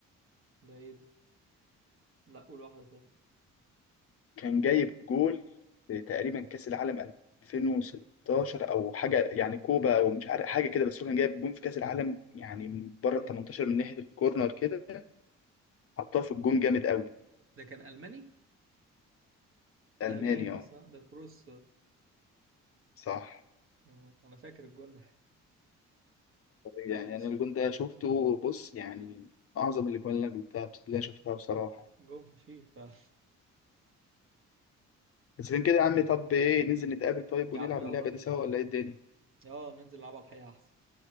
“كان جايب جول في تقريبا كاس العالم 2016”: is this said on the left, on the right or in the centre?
Left